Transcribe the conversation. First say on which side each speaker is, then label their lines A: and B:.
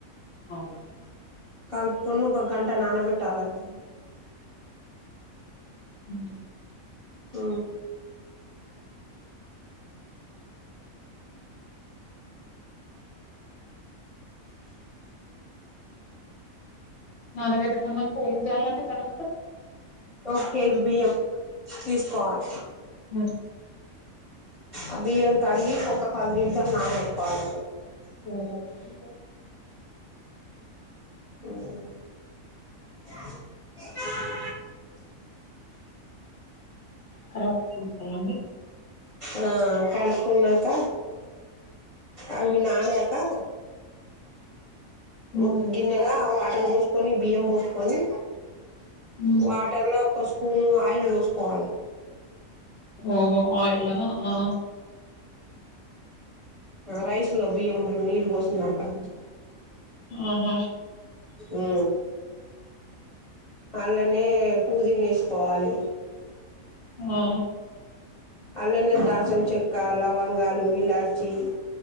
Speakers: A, on the left; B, on the left.
A: అవున
B: కలుపుకొని ఒక గంట నానబెట్టాల ఆటిని
A: హు
B: అ
A: నానబెట్టుకున్నంక ఏం చేయాలండి తర్వాత
B: ఓ కేజి బియ్యం తీసుకోవాలి
A: ఉమ్
B: ఆ బియ్యం కడిగి ఒక పది నిమిషాలు నాన ఒట్టుకోవాలండి
A: సరే అండి
B: హ
A: కర్రాప్ చూత్తర అండి
B: ఆ కడుక్కుంన్నంక అవి నాన క
A: ఉమ్
B: ఒక గిన్నెల వా వాటర్ పోసుకొని బియ్యం పోసుకొని
A: ఉమ్
B: వాటర్ లా ఒక స్పూను ఆయిలు పోసుకోవాలి
A: ఓహో ఆయిలా ఆ
B: రైస్ లో బియ్యం నీళ్లు పోసందాంట్లొ
A: ఆహ
B: ఉ పాళ్లనే పూదిన వేసుకోవాలి
A: ఆ
B: అలానే దాసిన చెక్క లవంగాలు ఇలాచి